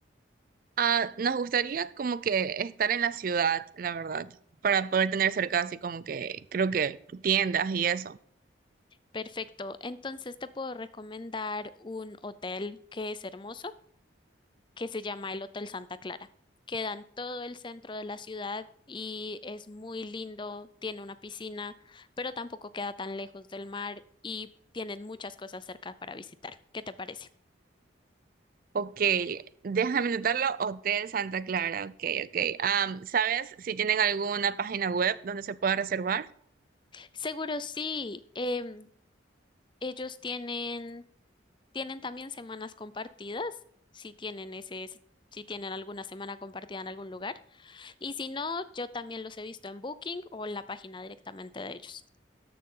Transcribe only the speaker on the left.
Perfecto, entonces te puedo recomendar un hotel que es hermoso. que se llama el Hotel Santa Clara. Queda en todo el centro de la ciudad y es muy lindo, tiene una piscina, pero tampoco queda tan lejos del mar y tienen muchas cosas cerca para visitar. ¿Qué te parece?
Seguro sí, em, ellos tienen, tienen también semanas compartidas, si tienen ese, si tienen alguna semana compartida en algún lugar. Y si no, yo también los he visto en Booking o en la página directamente de ellos.